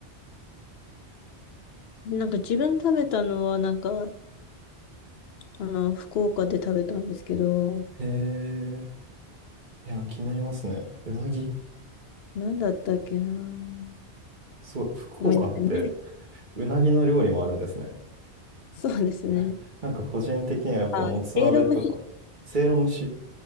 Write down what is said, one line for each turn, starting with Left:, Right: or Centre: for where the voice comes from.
Left: なんか、自分食べたのは、なんか、あの、福岡で食べたんですけど、
Right: へえ、いや、気になりますね。うなぎ。
Left: なんだったっけな。思
Right: すごい、福岡って
Left: い出せない。
Right: うなぎの料理もあるんですね。
Left: <laughs> そうですね。
Right: <laughs> なんか個人的にはやっぱもつ鍋とか、
Left: あ、エイロムシ、
Right: せいろ蒸し